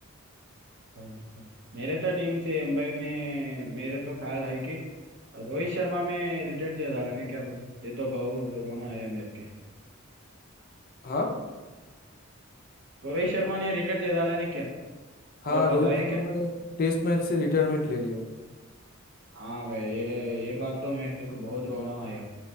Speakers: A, on the right; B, on the left.
A: भाई, भाई। मेरे तो टीम से मुंबई में मेरे तो ख्याल है कि रोहित शर्मा में रिटायर दे डाले ने क्या भाई ये तो बहुत रोना आया मेरे के
B: हाँ
A: रोहित शर्मा ने रिटायर दे डाले ने क्या
B: हाँ
A: और
B: रोहित
A: बताया
B: शर्मा
A: क्या
B: ने टेस्ट मैच से रिटायरमेंट ले लिया
A: हाँ भाई ये ये बात तो मेरे को बहुत रोना आया